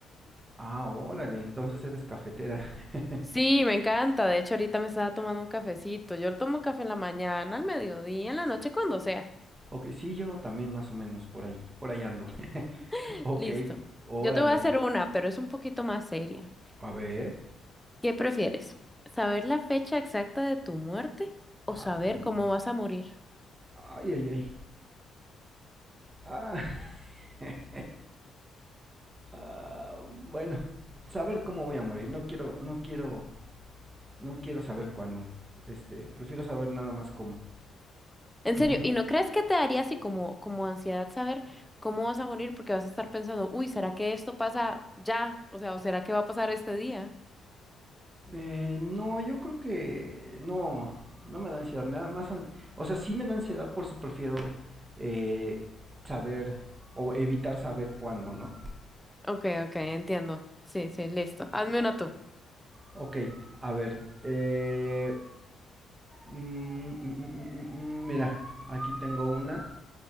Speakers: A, on the right (about 25°); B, in the centre.
A: Ah, órale, entonces eres cafetera. <laughs>
B: Sí, me encanta. De hecho, ahorita me estaba tomando un cafecito. Yo tomo café en la mañana, al mediodía, en la noche, cuando sea.
A: ok, sí, yo también más o menos por ahí. Por ahí ando. <laughs>
B: <laughs>
A: ok,
B: Listo.
A: órale.
B: Yo te voy a hacer una, pero es un poquito más seria.
A: A ver.
B: ¿Qué prefieres? ¿Saber la fecha exacta de tu muerte o
A: Ah,
B: saber
A: caramba.
B: cómo vas a morir?
A: Ay, ay, ay. Ah, <laughs> ah, bueno, saber cómo voy a morir. No quiero, no quiero, no quiero saber cuándo. Este, prefiero saber nada más cómo.
B: En
A: Ujú.
B: serio, ¿y no crees que te daría así como, como ansiedad saber cómo vas a morir? Porque vas a estar pensando, uy, ¿será que esto pasa ya? O sea, ¿o será que va a pasar este día?
A: Eh, no, yo creo que no, no me da ansiedad, me da más, an- o sea, sí me da ansiedad, por eso prefiero eh, saber o evitar saber cuándo, ¿no?
B: Ok, ok, entiendo. Sí, sí, listo. Hazme una tú.
A: Ok, a ver, eh, mm, mm, mm, mm, mm, mira, aquí tengo una.